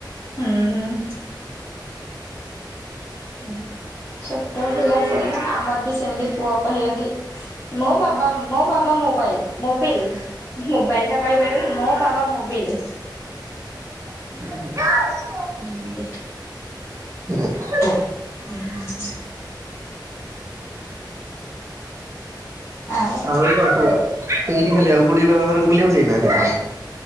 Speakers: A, on the left; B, on the right.
A: ହୁଁ। ହୁଁ ଆଛା। ଟ ପିଲା ସେଇଆ, ଆମର ବି ସେମିତି ପୁଅ କହିବ କି ମୋ ବାବା ମୋ ବାବା ମୋବାଇଲ ମୋବିଲ, ମୋବାଇଲ ଟା କହିପାରୁନି ମୋ ବାବା ମୋବିଲ।
B: କ <unintelligible>
A: ହୁଁ
B: ହୁଁ।
A: ହୁଁ। <inaudible> ଆଉ।
B: <unintelligible>